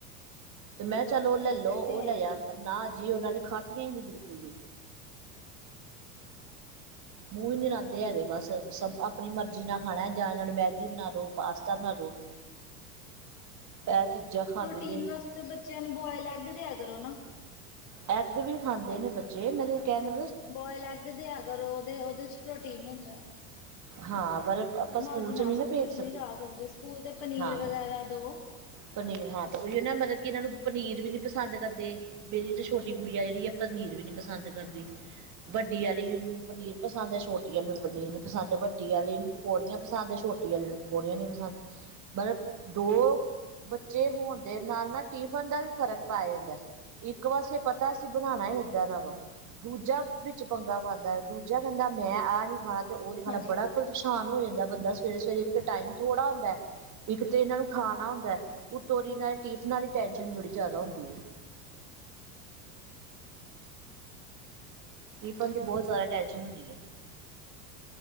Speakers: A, on the right (about 40°); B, on the left (about 60°).
A: ਤੇ ਮੈਂ
B: ਬਸ
A: ਚੱਲ ਉਹ ਲੈ
B: ਬਸ
A: ਲੋ
B: ਇਹ
A: ਉਹ
B: ਤੇ ਹੈ
A: ਲਿਆ
B: ਹੀ ਹੈ
A: ਪਰ ਨਾ ਜੀ ਉਹਨਾਂ ਨੇ ਖਾਧੀਆਂ ਈ ਨੀ ਬਿਲਕੁਲ ਵੀ। ਮੂੰਹ ਵੀ ਨੀ ਲਾਦੇ ਹੈਗੇ ਬਸ ਸ
B: ਹਾਂਜੀ
A: ਆਪਣੀ ਮਰਜ਼ੀ ਨਾਲ ਖਾਣਾ ਜਾਂ ਨਾਲ ਮੈਗੀ ਬਣਾ ਦੋ ਪਾਸਤਾ ਬਣਾ ਦੋ, ਇਹ ਚੀਜ਼ਾਂ ਖਾਂਦੇ
B: ਪ੍ਰੋਟੀਨ
A: ਜੇ
B: ਵਾਸਤੇ ਬੱਚਿਆਂ ਨੂੰ ਬੋਇਲ ਐਗ ਦਿਆ ਕਰੋ ਨਾ।
A: ਐੱਗ ਵੀ ਖਾਂਦੇ ਨੇ ਬੱਚੇ ਮਤਲਬ ਕਹਿ ਦੇ
B: ਬੋਇਲ ਐੱਗ ਦਿਆ ਕਰੋ ਉਹਦੇ-ਉਹਦੇ ਚ ਪ੍ਰੋਟੀਨ ਹੁੰਦਾ।
A: ਹਾਂ ਪਰ ਆਪਾਂ
B: ਨਾ
A: ਸਕੂਲ
B: ਜੀ ਨਾ,
A: ਚ ਨਹੀਂ
B: ਸਕੂਲ
A: ਭੇਜ
B: ਚ ਨੀ ਜਾ ਸਕਦੇ ਸਕੂਲ ਤੇ ਪਨੀਰ
A: ਹਾਂ
B: ਵਗੈਰਾ ਦੋ
A: ਪਨੀਰ ਹਾਂ ਤੇ ਉਹੀ ਆ ਨਾ ਮਤਲਬ ਕਿ ਇਹਨਾਂ ਨੂੰ ਪਨੀਰ ਵੀ ਨੀ ਪਸੰਦ ਕਰਦੇ ਮੇਰੀ ਦੁਸ਼ ਛੋਟੀ ਗੁਡਿਆ ਜਿਹੜੀ ਆ ਪਨੀਰ ਵੀ ਨੀ ਪਸੰਦ ਕਰਦੀ। ਵੱਡੀ ਆਲੀ ਨੂੰ ਪਨੀਰ ਪਸੰਦ ਐ, ਛੋਟੀ ਆਲੀ ਨੂੰ ਪਨੀਰ ਨੀ ਪਸੰਦ, ਵੱਡੀ ਆਲੀ ਪ ਪਕੌੜੀਆਂ ਪਸੰਦ, ਛੋਟੀ ਆਲੀ ਨੂੰ ਪਕੌੜੀਆਂ ਨੀ ਪਸੰਦ ਮਤਲਬ ਦੋ ਬੱਚੇ ਹੋਣ ਦੇ ਨਾਲ ਨਾ ਟਿਫਨ ਦਾ ਵੀ ਫ਼ਰਕ ਪੈ ਜਾਂਦਾ ਇੱਕ ਬੱਸ ਪਤਾ ਅਸੀਂ ਬਣਾਣਾ ਈ ਏਦਾਂ ਦਾ ਵਾਂ ਦੂਜਾ ਵਿੱਚ ਪੰਗਾ ਪਾਦਾ ਦੂਜਾ ਕਹਿੰਦਾ ਮੈਂ ਆਹ ਨੀ ਖਾਣਾ ਤੇ ਉਹ ਨੀ ਖਾਣਾ
B: ਹਾਂਜੀ
A: ਬੜਾ ਪਰੇਸ਼ਾਨ ਹੋ ਜਾਂਦਾ ਬੰਦਾ ਸਵੇਰੇ-ਸਵੇਰੇ ਇੱਕ ਤਾਂ ਟਾਈਮ ਥੋੜ੍ਹਾ ਹੁੰਦਾ। ਇੱਕ ਤੇ ਇਹਨਾਂ ਨੂੰ ਖਾਣਾ ਹੁੰਦਾ ਐ, ਉਤੋਂ ਦੀ ਇਹਨਾਂ ਦੇ ਟਿਫਨਾਂ ਦੀ ਟੈਂਸ਼ਨ ਬੜੀ ਜਾਦਾ ਹੁੰਦੀ ਐ ਟੀਪਨ ਦੀ ਬਹੁਤ ਜ਼ਿਆਦਾ ਟੈਨਸ਼ਨ ਹੁੰਦੀ ਐ।